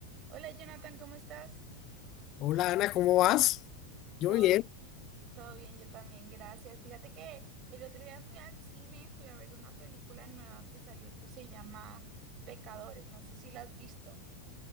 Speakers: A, on the right; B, on the left.
A: Hola Jonathan, ¿cómo estás?
B: Hola Ana, ¿cómo vas? Yo
A: Todo
B: bien.
A: bien, todo bien, yo también, gracias. Fíjate que el otro día fui al cine, fui a ver una película nueva que salió que se llama Pecadores, no sé si la has visto.